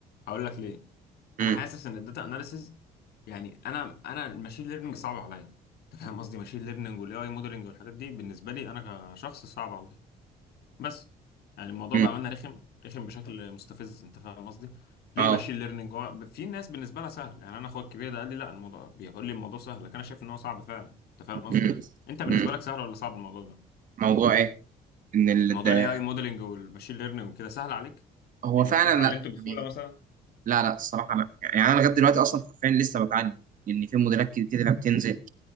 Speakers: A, on the left; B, on the right.
A: هقول لك ليه
B: امم
A: أنا حاسس إن الداتا أناليسيس يعني أنا أنا الماشين ليرنينج صعب عليا أنت فاهم قصدي ماشين ليرنينج والأي أي موديلنج والحاجات دي بالنسبة لي أنا كشخص صعب عليا بس يعني الموضوع
B: امم
A: بأمانة رخم رخم بشكل مستفز انت فاهم قصدي ليه
B: اه
A: ماشين ليرنينج هو في ناس بالنسبة لها سهل يعني انا اخويا الكبير ده قال لي لا الموضوع بيقول لي الموضوع سهل لكن انا شايف ان هو صعب فعلا انت فاهم قصدي
B: امم
A: انت بالنسبة
B: امم
A: لك سهل ولا صعب الموضوع ده
B: موضوع ايه ان ال...
A: موضوع
B: ده-
A: الاي اي موديلنج والماشين ليرنينج وكده سهل عليك
B: هو
A: يعني
B: فعلا
A: ات- اتعلمته
B: لا
A: بسهولة
B: يعني
A: مثلا
B: لا لا الصراحه لا يعني انا لغايه دلوقتي اصلا حرفيا لسه بتعلم لان في موديلات كتير بتنزل